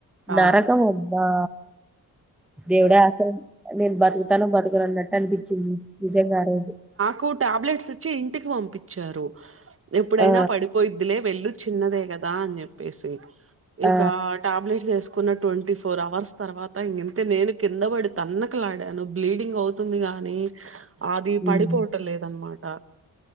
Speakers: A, on the right; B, in the centre.
A: ఆ!
B: నరకమబ్బా దేవుడా అసలు నేను బతుకుతానో బతకనో అన్నట్టు అనిపించింది నిజంగానరోజు
A: కు టాబ్లెట్స్ ఇచ్చి ఇంటికిపంపిచ్చారు ఎప్పుడైనా
B: ఆ
A: పడిపోయిద్ధిలే వెళ్ళు చిన్నదే గదాన్ జెప్పేసి ఇకా
B: ఆ
A: టాబ్లెట్సెస్ కున్న ట్వంటీ ఫోర్ అవర్స్ తర్వాత్ త ఇంగింతే నేను కింద పడి తన్నకలాడాను బ్లీడింగ్ అవుతుంది గాని అది
B: హ్మ్
A: పడిపోవటం లేదనమాట